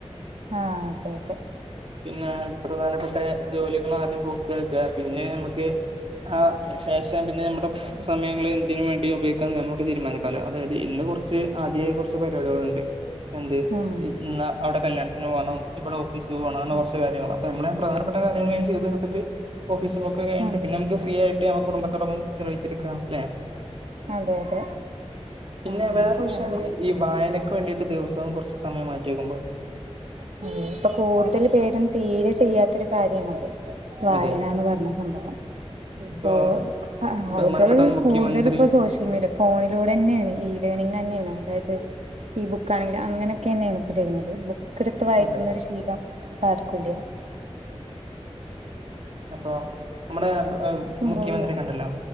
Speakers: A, on the right (about 80°); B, on the right (about 55°).
A: ആ അതെ അതെ
B: ന്നെ പ്രധാനപ്പെട്ട ജോലികൾആദ്യം പൂർത്ത്യാക്കാ പിന്നെ ഞമ്മക്ക് ആ ശേഷം പിന്നെ നമ്മുടെ സമയങ്ങള് എന്തിനു വേണ്ടിയും ഉപയോഗിക്കാന്നെ നമ്മക്കൊക്കേ തീരുമാനിക്കാലോ അതായത് ഇന്ന് കുറച്ച് ആദ്യം ഏ കുറച്ച് പരിപാടികളുണ്ട് എന്ത്
A: ഉം
B: എന്നാ അവിടെ കല്യാണത്തിന് പോവണം ഇവിടെ ഓ ഫീസ് പോണം അങ്ങനെ
A: ഉം
B: കുറച്ച് കാര്യങ്ങള് നമ്മളെ നമ്മെ പ്രധാനപ്പെട്ട കാര്യങ്ങള് ചെയ് തീർത്തിട്ട് ഓഫീസ് പോക്കൊക്കെ കഴിഞ്ഞിട്ട്
A: ഉം
B: പിന്നെ നമക്ക് ഫ്രീ ആയിട്ട് ഞമ്മക്ക് കുടുംബത്തോടപ്പം ചിലവഴിച്ചിരിക്കാം ല്ലെ
A: അതെ അതെ
B: പിന്നെ
A: അങ്ങനെ
B: വേറെ വിഷയാണ്
A: ആഹ്
B: ഈ വായനക്ക് വേണ്ടീട്ട് ദിവസം ഇപ്പം കുറച്ച് സമയം മാറ്റിവെക്കുമ്പോ
A: അതെ ഇപ്പൊ കൂടുതൽ പേരും തീരെ ചെയ്യാത്തൊരു കാര്യാണത് വായനാന്ന്
B: അതെ
A: പറഞ്ഞ സംഭവം
B: ഇപ്പൊ
A: ഇപ്പോ
B: ബഹുമാനപ്പെട്ട
A: ആൾക്കാര്
B: മുഖ്യമന്ത്രി
A: കൂടുതല് ഇപ്പോ സോഷ്യൽ മീഡിയ ഫോണിലൂടെന്നെയാണ് ഈ ലേർണിങ് തന്നെയാണ് അതായത് ഈ ബുക്ക് ആണെങ്കിലും അങ്ങനെക്കെന്നയാണ് ഇപ്പ ചെയ്യുന്നത് ബു ബുക്കെടുത്തുവായിക്കുന്നൊരു
B: അതെ
A: ശീലം ഇപ്പാർക്കൂല്യാ
B: അപ്പോം ന ആ
A: ഇമ്പ്രൂവ്
B: മുഖ്യമന്ത്രികണ്ടല്ലോ
A: ചെയ്യണം